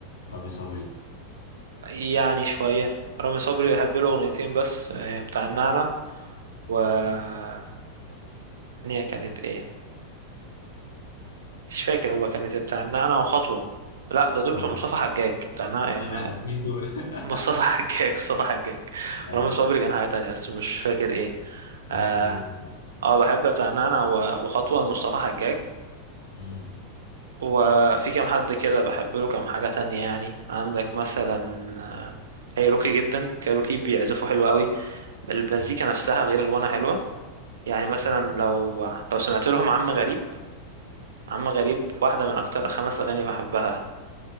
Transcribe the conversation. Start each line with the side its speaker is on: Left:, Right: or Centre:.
Left: رامي صبري
Right: يعني شوية رامي صبري هبله أغنيتين بس آه، بتاع النعنع والتانية كانت إيه مش فاكر هو كانت إيه، بتاع النعنع وخطوة لا ده دول
Left: اه
Right: بتوع مصطفى حجاج بتاع النعنع إيه،
Left: مش
Right: النعنع.
Left: عارف مين دول <laughs>
Right: مصطفى <laughs> حجاج مصطفى حجاج
Left: ايوه
Right: رامي صبري كان حاجة تانية بس مش فاكر إيه
Left: المهم
Right: اه
Left: مين تاني؟
Right: آه، بحب بتاع النعنع و- وخطوة لمصطفى حجاج
Left: مم،
Right: وفي كام حد كده بحب له كام حاجة تانية يعني عندك مثلا آه، كايروكي جدا كايروكي بيعزفوا حلو قوي المزيكا
Left: مم،
Right: نفسها غير الغنى حلوة يعني مثلا
Left: ده حلو
Right: لو لو سمعت لهم عم غريب عم غريب واحدة من أكتر خمس أغاني بحبها